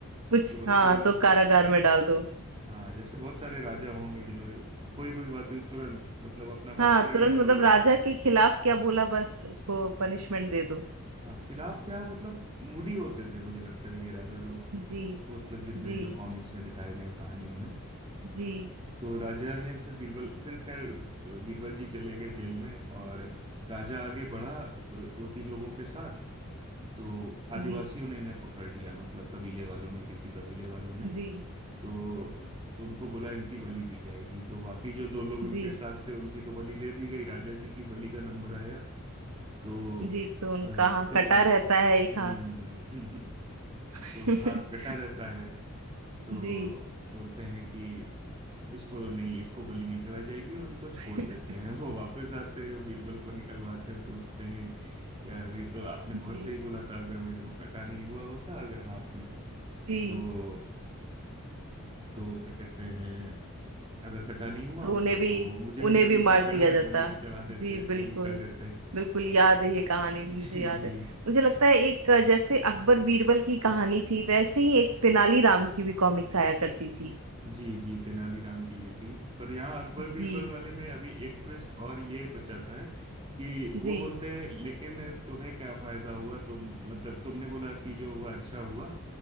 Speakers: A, on the right; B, on the right.
A: कुछ
B: तो बस
A: हाँ
B: तुरंत
A: तो कारागार में डाल दो
B: हाँ जैसे बहुत सारे राजा होंगे जिन्होंने कोई भी बात हुई तुरंत मतलब अपना मंत्री
A: हाँ तुरंत
B: है और
A: मतलब राजा के खिलाफ क्या बोला बस उसको पनिशमेंट दे दो
B: हाँ खिलाफ क्या मतलब मूडी होते थे मुझे लगता है ये राजा लोग
A: जी
B: वो मतलब जितने
A: जी
B: जो कॉमिक्स में दिखाए गए हैं, कहानियों में
A: जी
B: तो राजा ने फिर बीरबल फिर खैर अ, बीरबल जी चले गए जेल में और राजा आगे बढ़ा दो, दो तीन लोगों के साथ तो आदिवासियों
A: जी
B: ने इन्हें पकड़ लिया मतलब कबीले वालों ने किसी कबीले वालों ने
A: जी
B: तो उनको बोला इनकी बलि दी जाएगी तो बाकी जो दो लोग उनके
A: जी
B: साथ थे उनकी तो बलि दे दी गई राजा जी की बलि का नंबर आया तो
A: जी तो उनका
B: अ,
A: हाँ
B: तो
A: कटा
B: उन
A: रहता है एक
B: हम्म
A: हाथ
B: <laughs>
A: <laughs>
B: तो हाथ कटा रहता है तो
A: जी
B: बोलते हैं कि इसको नहीं इसको बलि नहीं चढ़ाई जाएगी और उनको छोड़
A: <laughs>
B: देते हैं <laughs> वो वापस आते हैं वो बीरबल को निकलवाते हैं पूछते हैं यार ये तो आपने बहुत
A: जी
B: सही बोला था अगर मेरे को कटा नहीं हुआ होता अगर हाथ में
A: जी
B: तो तो क्या कहते हैं अगर कटा नहीं हुआ
A: तो
B: होता
A: उन्हें भी
B: तो वो मुझे
A: उन्हें
B: भी बलि
A: भी मार
B: पे चढ़ा
A: दिया जाता
B: बलि पे चढ़ा देते
A: जी बिल्कुल
B: बलि कर देते
A: बिल्कुल याद है ये कहानी भी
B: <laughs>
A: मुझे याद
B: जी
A: है मुझे लगता है एक अ, जैसे अकबर बीरबल की कहानी थी वैसे ही एक तेनालीराम की भी कॉमिक्स आया करती थी
B: जी जी तेनालीराम की भी थी पर यहाँ अकबर बीरबल
A: जी
B: वाले में अभी एक ट्विस्ट और ये बचाता है कि
A: जी
B: वो बोलते हैं लेकिन तुम्हें क्या फायदा हुआ तुम मतलब तुमने बोला कि जो हुआ अच्छा हुआ